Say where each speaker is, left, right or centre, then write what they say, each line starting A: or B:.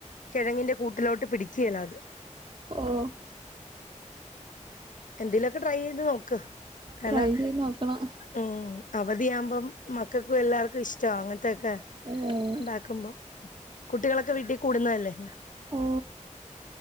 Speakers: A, on the left (about 85°); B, on the right (about 40°).
A: കെഴങ്ങിന്റെ കൂട്ടിലോട്ട് പിടിക്കേല്ല അത്
B: ഓഹ്
A: എന്തേലൊക്കെ ട്രൈ ചെയ്ത് നോക്ക്‌ കാരണം
B: ട്രൈ ചെയ്ത് നോക്കണം
A: ഉം അവധിയാമ്പം മക്കക്കും എല്ലാർക്കും ഇഷ്ടാ അങ്ങനത്തൊക്കെ
B: ഉം
A: ഒണ്ടാക്കുമ്പോ കുട്ടികളൊക്കെ വീട്ടി കൂടുന്നല്ലേ
B: ഓ